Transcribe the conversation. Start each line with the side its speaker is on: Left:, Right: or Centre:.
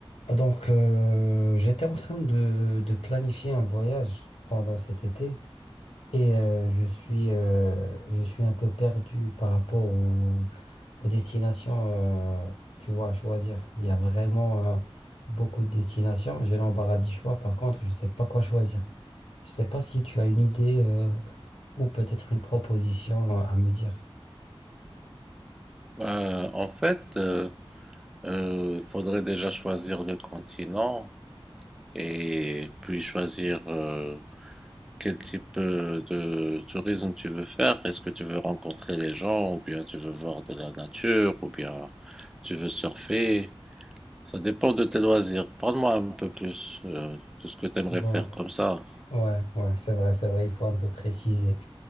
Left: Ah, Donc, euh, j'étais en train de, de planifier un voyage pendant cet été et euh, je suis, euh, je suis un peu perdu par rapport au- aux destinations, euh, tu vois, à choisir. Il y a vraiment euh, beaucoup de destinations. J'ai l'embarras du choix. Par contre, je ne sais pas quoi choisir. Je ne sais pas si tu as une idée euh, ou peut-être une proposition euh, à me dire.
Centre: Euh, en fait, il faudrait déjà choisir le continent et puis choisir euh, quel type euh, de tourisme tu veux faire. Est-ce que tu veux rencontrer les gens ou bien tu veux voir de la nature ou bien tu veux surfer. Ça dépend de tes loisirs. Parle-moi un peu plus euh, de ce que tu aimerais
Left: Bon,
Centre: faire comme ça.
Left: ouais, ouais, c'est vrai, c'est vrai. Il faut un peu préciser.